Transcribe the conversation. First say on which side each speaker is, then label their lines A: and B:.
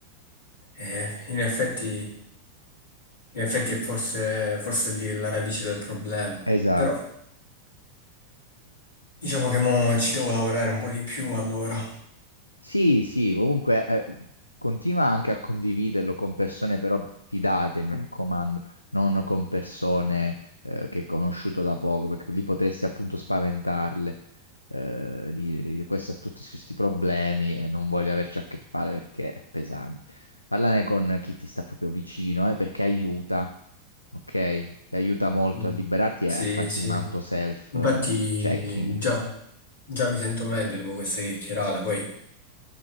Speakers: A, on the left; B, on the left.
A: Eh, eh, in effetti, in effetti è forse, forse lì è la radice del problema,
B: Esatto.
A: però diciamo che mo ci devo lavorare un po' di più allora.
B: Sì, sì, comunque eh, continua anche a condividerlo con persone però fidate, mi raccomando, non con persone eh, che hai conosciuto da poco, perché lì potresti appunto spaventarle, eh, di, di questo ha tutti questi problemi e non voglio averci a che fare perché è pesante. Parlane con chi ti sta proprio vicino, eh, perché aiuta, ok? Ti aiuta molto
A: Mm.
B: a liberarti e
A: Sì,
B: a farti
A: sì,
B: un auto self-checking.
A: infatti già, già mi sento meglio dopo questa chiacchierata, poi